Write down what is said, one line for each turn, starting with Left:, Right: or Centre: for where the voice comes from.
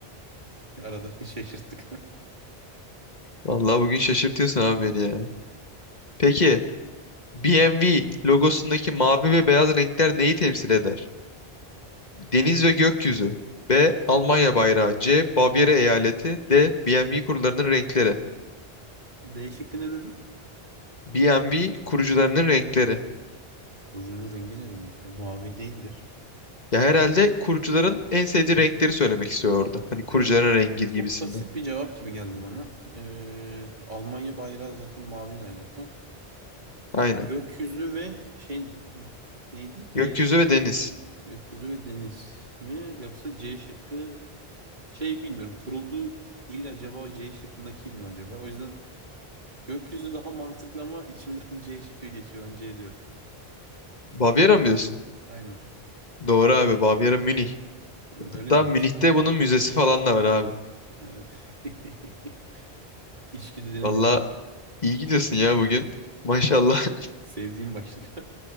Right: Arada <laughs> şaşırttık.
Left: Vallahi bugün şaşırtıyorsun abi beni ya. Peki BMW logosundaki mavi ve beyaz renkler neyi temsil eder? Deniz ve gökyüzü. B. Almanya bayrağı. C. Bavyera eyaleti. D. BMW kurularının renkleri.
Right: D şıkkı ne dedin?
Left: BMW kurucularının renkleri.
Right: Kurucunun rengi ne demek ya? Mavi değildir.
Left: Ya herhalde kurucuların en sevdiği renkleri söylemek istiyor orada. Hani kurucuların rengi gibisinden.
Right: Çok basit bir cevap gibi geldi bana. Ee, Almanya bayrağı zaten mavi ne alaka?
Left: Aynen.
Right: Gökyüzü ve şey neydi?
Left: Gökyüzü
Right: Diğer
Left: ve deniz.
Right: gökyüzü ve deniz mi? Yoksa C şıkkı şey bilmiyorum. Kurulduğu il acaba o C şıkkındaki il mi acaba? O yüzden Gökyüzü daha mantıklı ama içimden <laughs> C şıkkı geçiyor. Ben C diyorum.
Left: Bavyera mı diyorsun?
Right: Aynen.
Left: Doğru abi. Bavyera Münih.
Right: Değil mi?
Left: Hatta
Right: Öyle miymiş?
Left: Münih'te bunun müzesi falan da var abi.
Right: Ha. <laughs> İçgüdülerini
Left: Valla
Right: dinle.
Left: iyi gidiyorsun ya bugün. Maşallah.
Right: Sevdiğim başlık.